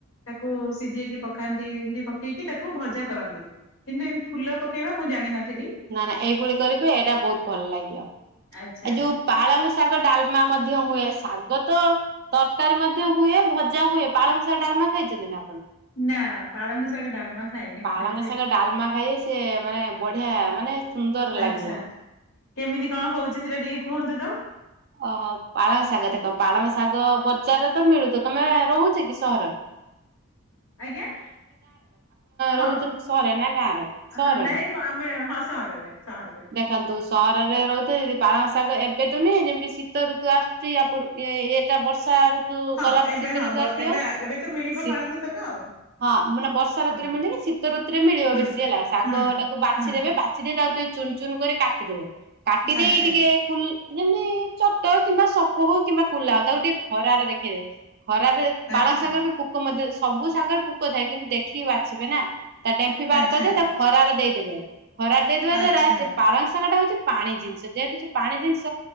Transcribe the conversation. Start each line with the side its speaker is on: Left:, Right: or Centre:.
Left: ତାକୁ ସିଜେଇକି ପକାନ୍ତି ଏମତି ପକେଇକି ତାକୁ ଭଜା କରନ୍ତି। କିନ୍ତୁ ଏମ ଫୁଲ ପକେଇବା ମୁଁ ଜାଣିିନଥିଲି
Right: ନା ନା ଏଇଭଳି କରିବେ ଏଇଟା ବୋହୁତ ଭଲ ଲାଗିବ।
Left: ଆଚ୍ଛା
Right: ଆ ଏ ଯୋଉ ପାଳଙ୍ଗ ଶାଗ ଡାଲମା ମଧ୍ୟ ହୁଏ ଶାଗ ତ ତରକାରୀ ମଧ୍ୟ ହୁଏ ଭଜା ହୁଏ ପାଳଙ୍ଗ ଶାଗ ଡାଲମା ଖାଇଛନ୍ତି ନା ଆପଣ?
Left: ନା ପାଳଙ୍ଗ ସାଗ ଡାମା ଖାଇନି
Right: ପାଳଙ୍ଗ
Left: ମୁଁ କେବେ ବି।
Right: ଶାଗ ଡାଲମା ଖାଇଏ ସିଏ ମାନେ ବଢିଆ ମାନେ ସୁନ୍ଦର
Left: ଆଚ୍ଛା
Right: ଲାଗିବ।
Left: କେମିତି କଣ ହୋଉଚି ସେଟା ଟିକେ କୁହନ୍ତୁ ତ।
Right: ଅହ ପାଳଙ୍ଗ ଶାଗ ଦେଖ ପାଳଙ୍ଗ ଶାଗ ବ ଜାରରେ ତ ମିଳୁଥୁବ ତମେ ରହୁଚ କି ସହର?
Left: ଆଜ୍ଞା
Right: ରହୁଛନ୍ତି
Left: ହଁ
Right: ସହରରେ ନା ଗାଁରେ? ସହରରେ।
Left: ହଁ ନାଇଁମ ଆମେ ହଁ ସହରରେ। ସହରରେ।
Right: ଦେଖନ୍ତୁ ସହରରେ ରହୁଥୁବେ ଯଦି ପାଳଙ୍ଗ ଶାଗ ଏବେ ତ ନୁହେଁ ଯେମ ଶୀତ ଋତୁ ଆସୁଚି ଆପୁର ଇଏ ଏଇଟା ବର୍ଷା ଋ ତୁ
Left: ହଁ
Right: ଗଲାପରେ
Left: ଏବେ
Right: ଶୀତଋତୁ
Left: ହଁ ବ
Right: ଆସିବା
Left: ଏବେ ଏବେ ତ ମିଳିବ
Right: ଶୀ
Left: ପାଳଙ୍ଗ ଶାଗ ଆଉ
Right: ହଁ ମାନେ ବର୍ଷା ଋତୁରେ
Left: ହୁଁ
Right: ମିଳେନି ଶୀତ ଋତୁରେ ମିଳିବ
Left: ହୁଁ
Right: ବେଶୀ ହେଲା ଶାଗଟାକୁ
Left: ହୁଁ।
Right: ବାଛି
Left: ହୁଁ
Right: ଦେବେ ବା ଛି ଦେଇ ତାକୁ ଟିକେ ଚୁନ ଚୁନ କରି କାଟିଦେବେ କାଟି ଦେଇ
Left: ଆଚ୍ଛା
Right: ଟିକେ କୁଲ୍ ଯେମତି ଖଟ କିମ୍ବା ସପ ହୋଉ କିମ୍ବା କୁଲା ହୋଉ ତାକୁ ଟିକେ ଖରାରେ ଦେଖେଇବେ ଖରାରେ ପାଳଙ୍ଗ
Left: ଆଚ୍ଛା
Right: ଶାଗରେ ବି ପୋ କ ମଧ୍ୟ ସବୁ ଶାଗରରେ ପୋକ ଥାଏ କିନ୍ତୁ ଦେଖିକି ବାଛିବେ ନା ତା ଡେମ୍ଫି ବାହାର
Left: ଆଚ୍ଛା
Right: କରିଦେବେ ତାକୁ ଖରାରେ ଦେଇଦେବେ ଖରାରେ ଦେଇଦବା
Left: ଆଚ୍ଛା
Right: ଦ୍ଵାରା ସେ ପାଳଙ୍ଗ ସାଙ୍ଗଟା ହୋଉଚି ପାଣି ଜିନିଷ ଯେହେତୁ ସେ ପାଣି ଜିନିଷ